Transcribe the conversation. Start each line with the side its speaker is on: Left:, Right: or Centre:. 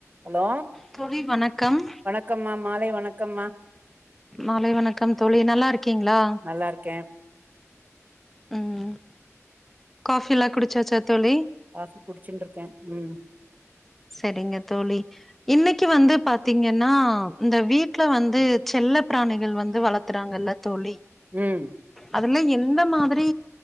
Right: ஹலோ
Centre: தோழி வணக்கம்
Right: வணக்கம்மா மாலை வணக்கம்மா
Centre: மாலை வணக்கம் தோழி நல்லா இருக்கீங்களா
Right: நல்லாருக்கே
Centre: ம் காபில்லா குடிச்சாச்சா தோழி
Right: காபி குடிச்சுன்ருக்கே ம்
Centre: சரிங்க தோழி இன்னைக்கு வந்து பாத்தீங்கன்னா இந்த வீட்ல வந்து செல்ல பிராணிகள் வந்து வளத்துறாங்கல்ல தோழி
Right: ம்
Centre: அதுல எந்த மாதிரி